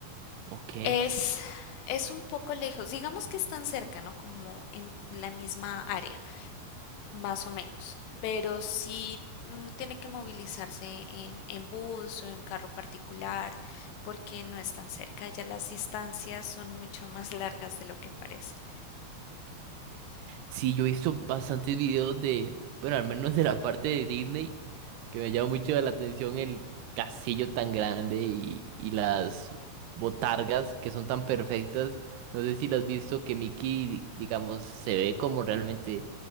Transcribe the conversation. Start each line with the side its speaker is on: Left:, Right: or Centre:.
Right: Ok.
Left: es, es un poco lejos. Digamos que están cerca, ¿no? Como en la misma área, más o menos. Pero sí uno tiene que movilizarse en, en bus o en carro particular porque no es tan cerca. Ya las distancias son mucho más <laughs> largas de lo que parecen.
Right: Sí, yo he visto bastantes videos de, bueno, al menos de la parte de Disney, que me llama mucho la atención el castillo tan grande y, y las botargas que son tan perfectas. No sé si las has visto que Mickey, digamos, se ve como realmente